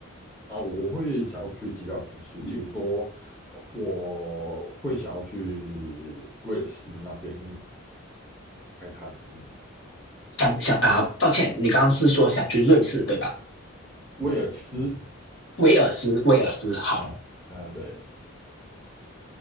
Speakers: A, in the centre; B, on the left.
A: 啊，我会想要去其他城市，例如说，呃我会想要去威尔士那边看看。嗯，
B: 想想啊、抱歉，你刚刚是说想去瑞士对吧？
A: 威尔斯，
B: 威尔斯，威尔斯好。
A: 嗯、呃、嗯、对，